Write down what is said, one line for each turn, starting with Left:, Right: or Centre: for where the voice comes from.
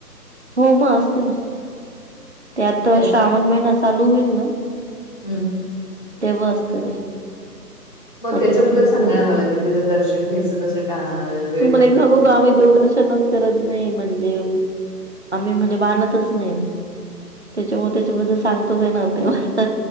Right: हो मग असते ना,
Left: ती
Right: त्यात
Left: कधी
Right: तर
Left: असते
Right: श्रावण महिना चालू होईल ना.
Left: हम्म!
Right: तेव्हा असतं ते.
Left: मग त्याच्याबद्दल
Right: तिथं खूप
Left: सांगा
Right: गर्दी
Left: ना मला कि त्याचं दर्शन घ्यायचं कसं टाळ
Right: तूम्हाला एक सांगू का आम्ही देवदर्शनच करत नही म्हणजे, आम्ही म्हणजे बाणतच नाही. त्याच्यामुळे त्याच्याबद्दल सांगताच येणार नाही मला.